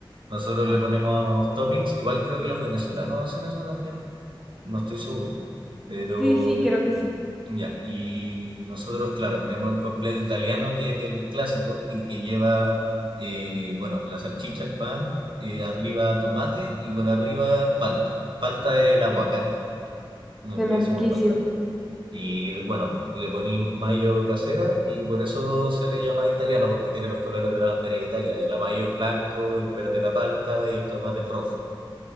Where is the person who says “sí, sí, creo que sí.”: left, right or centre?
Centre